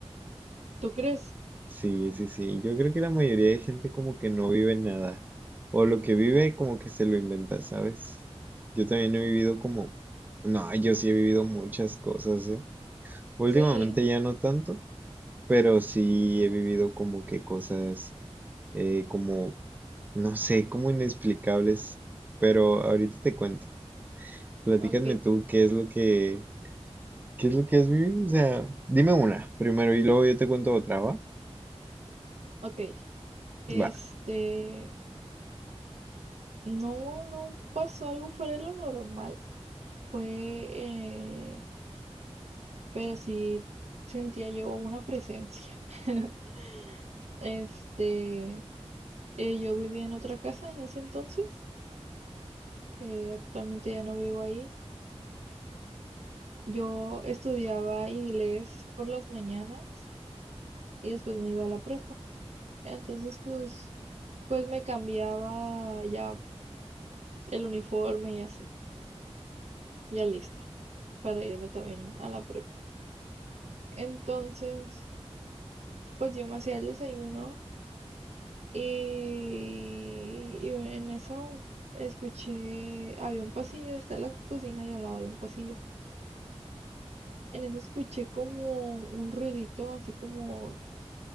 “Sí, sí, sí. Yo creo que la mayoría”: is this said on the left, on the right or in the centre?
Right